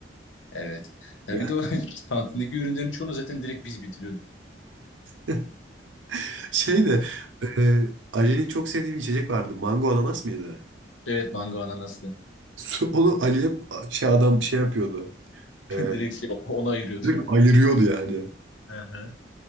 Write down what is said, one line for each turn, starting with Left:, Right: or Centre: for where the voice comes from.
Left: Evet. Ya
Right: Yani.
Left: bir de o <laughs> kantindeki ürünlerin çoğunu zaten direkt biz bitiriyorduk.
Right: <laughs> Şey de e, Ali'nin çok sevdiği bir içecek vardı. Mango ananas mıydı?
Left: Evet mango ananaslı.
Right: <laughs> Su- Onu Ali'ye şey adam şey yapıyordu. E,
Left: <laughs> Direkt şey, ona ayırıyordu.
Right: direkt ayırıyordu yani.
Left: Hı hı.